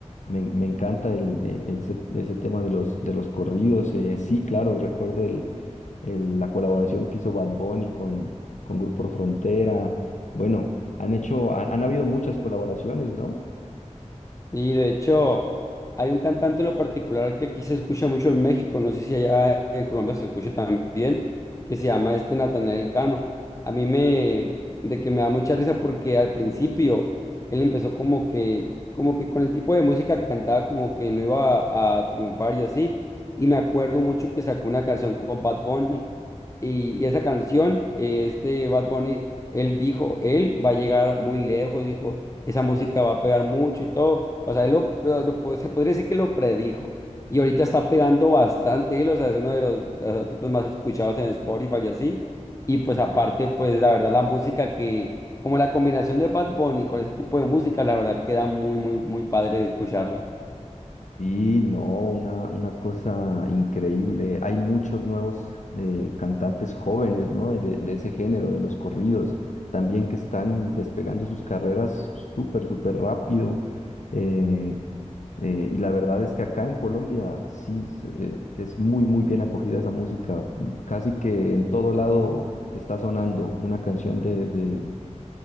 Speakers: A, on the left; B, on the left.
A: me, me encanta el, eh, ese, ese tema de los, de los corridos. eh, sí, claro, recuerdo el el- la colaboración que hizo Bad Bunny con, con Grupo Frontera. Bueno, han hecho, han, han habido muchas colaboraciones, ¿no?
B: Y de hecho, hay un cantante en lo particular que aquí se escucha mucho en México, no sé si allá en Colombia se escucha también, que se llama este Natanael Cano. A mí me, de que me da mucha risa porque al principio él empezó como que, como que con el tipo de música que cantaba como que no iba a, a triunfar y así. Y me acuerdo mucho que sacó una canción con Bad Bunny y, y esa canción, eh, este Bad Bunny, él dijo, él va a llegar muy lejos, dijo esa música va a pegar mucho y todo. O sea, él lo, lo- lo po- se podría decir que lo predijo. Y ahorita está pegando bastante él, o sea, es uno de los, de los artistas más escuchados en Spotify y así. Y pues aparte, pues la verdad, la música que, como la combinación de Bad Bunny con ese tipo de música, la verdad queda muy, muy, muy padre escucharla.
A: Y no, una, una cosa increíble. Hay muchos nuevos eh, cantantes jóvenes, ¿no? De, de ese género, de los corridos, también que están despegando sus carreras súper, súper rápido. Eh, eh, y la verdad es que acá en Colombia sí se- eh, es muy, muy bien acogida esa música. Casi que en todo lado está sonando una canción de, de,